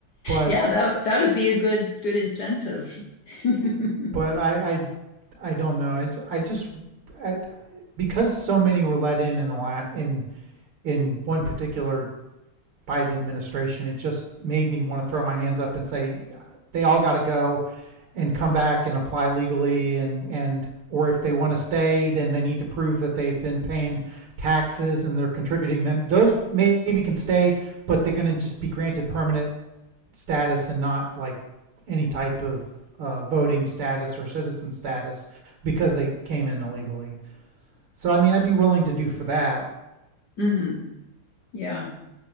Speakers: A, on the right; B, on the left.
A: But
B: Yeah, that that would be a good good incentive. <laughs>
A: but I I, I don't know. I, I just I, because so many were let in in the la- in in one particular Biden administration, it just made me want to throw my hands up and say "Yeah, they all got to go and come back and apply legally and and or if they want to stay, then they need to prove that they've been paying taxes and they're contributing. Mem- those maybe can stay, but they're going to just be granted permanent status and not like any type of uh, voting status or citizen status because they came in illegally. So I mean, I'd be willing to do for that.
B: hmm Yeah.